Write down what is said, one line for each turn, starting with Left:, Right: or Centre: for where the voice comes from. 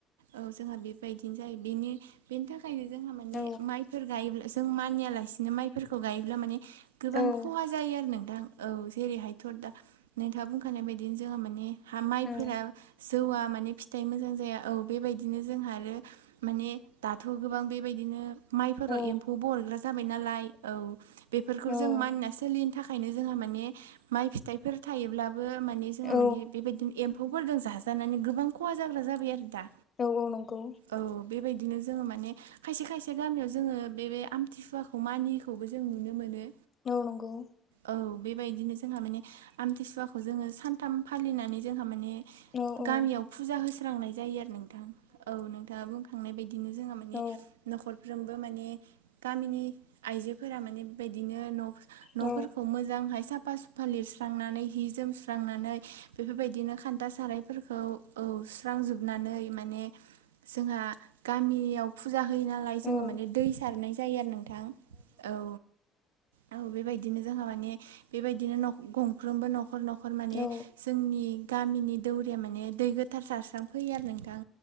Right: औ जोंहा बेबायदिनो जायो बेनि ओंखायनो जोंहा माने
Left: औ
Right: माइफोर गायोब्ला जों मानियालासिनो माइफोरखौ गायोब्ला माने गोबां
Left: औ
Right: खहा
Left: नंगौ
Right: जायो आरो नोंथां औ जेरैहायथ' दा नोंथाङा बुंखानाय बायदिनो जोङहा माने हा
Left: औ
Right: माइफोरा जौवआ माने फिथाइ मोजां जाया औ बेबायदिनो जोंहा आरो माने दाथ' गोबां बेबायदिनो माइफोराव
Left: औ
Right: एम्फौबोग्रा जाबाय नालाय औ बेफोरखौ
Left: औ
Right: जों मानिना
Left: औ
Right: सोलिनि थाखायनो जोंहा माने माइ फिथाइ बेफोर थायोब्लाबो माने जोंहा
Left: औ
Right: माने बेबायदिनो एम फोरजों जाजानानै गोबां खहा जाग्रा जाबाय आरो दा
Left: औ औ नंगौ
Right: औ बेबायदिनो जोङो माने खायसे खायसे गामियाव जोङो बे आमथिसुवाखौ मानियैखौबो जों नुनो मोनो
Left: औ नंगौ
Right: औ बेबायदिनो जोंहा माने आमथिसुवाखौ जोङो सानथाम फालिनानै जोंहा माने
Left: औ औ
Right: गामियाव फुजा होस्रांनाय जायो आरो नोंथां औ नोंथाङा बुंखांनाय बायदिनो जोंहा बे
Left: औ
Right: न'खरफ्रोमबो माने गामिनि आइजोफोरा माने बेबायदिनो न' न'फोरखौ
Left: औ
Right: मोजांहाय साफा सुफा लिरस्रांनानै हि जोमस्रांनानै बेफोरबायदिनो खान्था सारायफोरखौ औ सुस्रां जोब नानै माने जोंहा गामियाव फुजा होयो नालाय
Left: औ
Right: जोङो माने दै सारनाय जायो आरो नोंथां औ औ बेबायदिनो जोंहा माने बेबायदिनो गंफ्रोमबो न'ख न'खर न'खर माने
Left: औ
Right: जोंनि गामिनि दौरिया माने दै थार जारस्रांफैयो आरो नोंथां